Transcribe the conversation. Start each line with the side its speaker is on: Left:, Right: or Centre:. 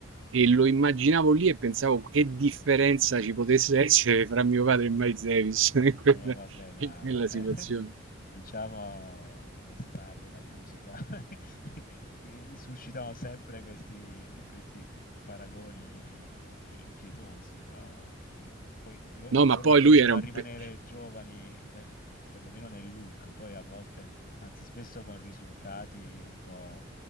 Right: e lo immaginavo lì e pensavo che differenza ci potesse essere fra mio padre e Miles Davis <laughs> in quella,
Left: eh vabbè, ma,
Right: in quella
Left: eh,
Right: situazione.
Left: <laughs> diciamo le star della musica <laughs> che suscitano sempre questi questi paragoni i impietosi, no, perché poi lo
Right: No,
Left: loro
Right: ma poi
Left: tendono
Right: lui era
Left: a
Right: un...
Left: rimanere
Right: pe-
Left: giovani ne perlomeno nel look, poi a volte, anzi spesso con risultati un po'